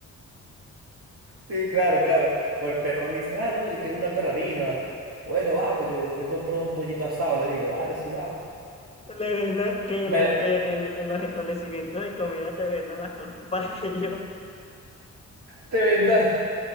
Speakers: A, on the right (about 50°); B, on the left (about 20°).
A: Sí, claro, claro. O el perro dice, ah, no, yo quiero una perrarina. Bueno, vamos, yo, yo me compro un pollito asado, le digo, dale, si va.
B: Le vendan que,
A: Me
B: el,
A: la-
B: que en, en los establecimientos de comida te vendan las cosas para <laughs> ellos.
A: te vendan